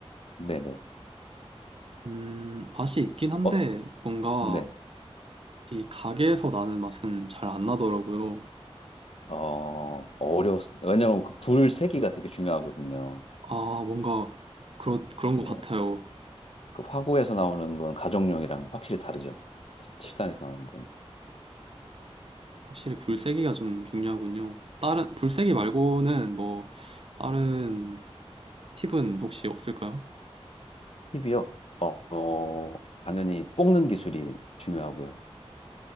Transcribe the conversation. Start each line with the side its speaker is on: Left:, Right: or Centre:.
Left: 네네.
Right: 음, 맛이 있긴 한데
Left: 어,
Right: 뭔가
Left: 네.
Right: 이 가게에서 나는 맛은 잘 안 나더라고요.
Left: 어, 어려웠, 왜냐면 그 불 세기가 되게 중요하거든요.
Right: 아, 뭔가 그런 그런
Left: 네.
Right: 것 같아요.
Left: 그 화구에서 나오는 건 가정용이랑 확실히 다르죠. 시- 식당에서 나오는 건.
Right: 확실히 불세기가 좀 중요하군요. 다른, 불세기 말고는 뭐, 다른 팁은 혹시 없을까요?
Left: 팁이요. 어, 어, 당연히 볶는 기술이 중요하고요.